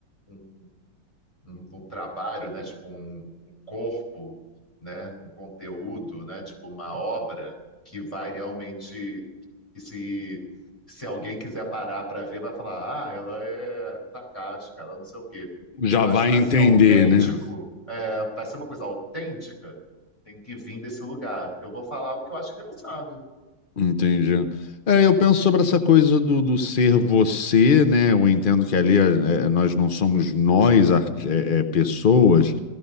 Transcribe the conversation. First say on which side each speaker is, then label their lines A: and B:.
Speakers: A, on the left (about 15°); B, on the left (about 75°).
A: um, um, um trabalho, né? Tipo um, um corpo, né? Um conteúdo, né? Tipo uma obra que vai realmente que se se alguém quiser parar para ver, vai falar, ah, ela é sarcástica, ela não sei o quê.
B: Já
A: Eu
B: vai
A: acho que para
B: entender,
A: ser autêntico,
B: né?
A: é, para ser uma coisa autêntica, tem que vir desse lugar. Eu vou falar o que eu acho engraçado.
B: Entendi. É, eu penso sobre essa coisa do, do ser você, né? Eu entendo que ali é, é, nós não somos nós, arti- é, é, pessoas.